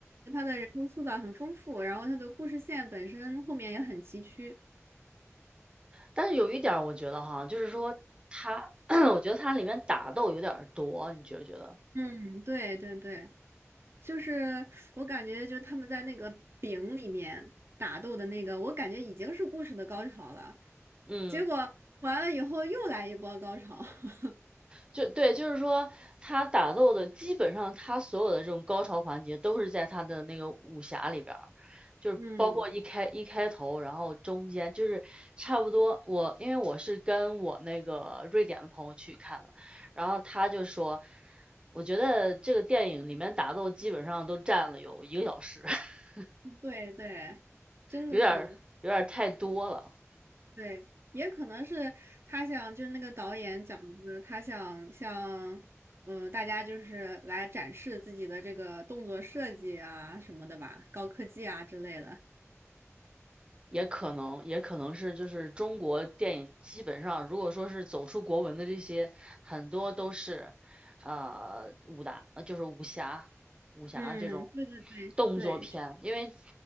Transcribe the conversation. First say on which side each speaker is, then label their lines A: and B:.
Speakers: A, on the right; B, on the right.
A: 他的人物塑造很丰富，然后他的故事线本身后面也很崎岖。
B: 但是有一点儿我觉得哈，就是说它，<clears throat> 我觉得它里面打斗有点儿多，你觉不觉得？
A: 嗯，对对对，就是我感觉就是他们在那个饼里面打斗的那个，我感觉已经是故事的高潮了，
B: 嗯，
A: 结果完了以后又来一波高潮。<laughs>
B: 就对，就是说他打斗的基本上他所有的这种高潮环节都是在他的那个武侠里边儿，就是包括一开一开头，
A: 嗯。
B: 然后中间就是差不多我因为我是跟我那个瑞典的朋友去看的，然后他就说，我觉得这个电影里面打斗基本上都占了有一个小时，<laughs>
A: 对对，真的是
B: 有点儿有点儿太多了。
A: 对，也可能是他想，就是那个导演讲的，他想向嗯大家就是来展示自己的这个动作设计啊什么的吧，高科技啊之类的。
B: 也可能，也可能是就是中国电影基本上，如果说是走出国门的这些，很多都是呃武打，呃就是武侠、武侠这种
A: 嗯，对对对对
B: 动作片，因为